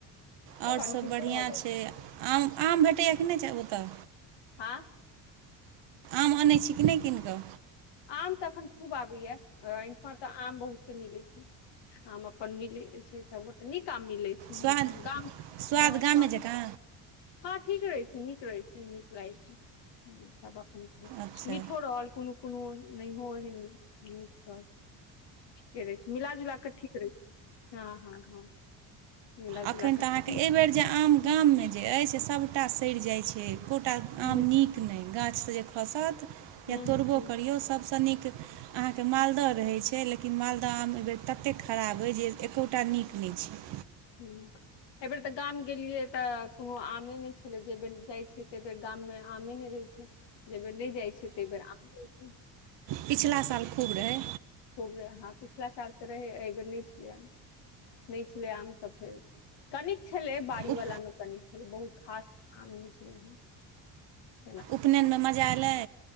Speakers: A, on the right; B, on the left.
A: आओर
B: तहन
A: सभ
B: की
A: बढ़ियां
B: सब भऽ रहल
A: छै आम आम भेटैए कि नहि छै ओतय
B: हँ
A: आम अनै छी कि नहि कीन कऽ
B: आम तऽ एखन खूब आबैये एहिठमा तऽ आम बहुत मिलैत छै आम अपन मिलै छै सबगोटे नीक आम मिलै छै
A: स्वाद
B: मिठगर गाम
A: स्वाद
B: हँ
A: गामे जकाँ
B: <unintelligible> ठीक रहै छै नीक रहै छै नीक लागैत छै सब अपन खेलौं
A: अच्छा
B: मीठो रहल कोनो सँ नहियो एहन मीठ रहल ठिके रहे छै मिलाजुला कऽ ठीक रहै छै हँ हँ हँ मिला
A: अखैन
B: जुला कऽ
A: तऽ अहाँके
B: हूँ
A: एहिबेर जे आम गाममे जे अछि से सभटा सड़ि जाइ छै एकोटा
B: हूँ
A: आम नीक नहि गाछ खसत
B: हूँ
A: या तोड़बो
B: हूँ
A: करियौ सबसँ नीक अहाँके मालदह रहै छै लेकिन मालदह आम एहिबेर ततेक खराब अइ जे एकोटा नीक नहि छै
B: हुँ एहि बेर तऽ गाम गेलियै तऽ कोनो आमे नहि छलै जै बेर जाइ छियै तै बेर गाम मे आमे नहि रहै छै जै बेर नहि जाइ छै तै बेर आम रहै छै
A: पिछला साल खूब रहै
B: खुब रहै हां पिछला साल तऽ रहै अई बेर नै छलै आम नै छ लै आम तऽ फेर कनिक छलै बाड़ी
A: उप
B: वाला मे कनिक छलै बहुत खास आम नहि छलै ओहन
A: उपनयनमे मजा अएलै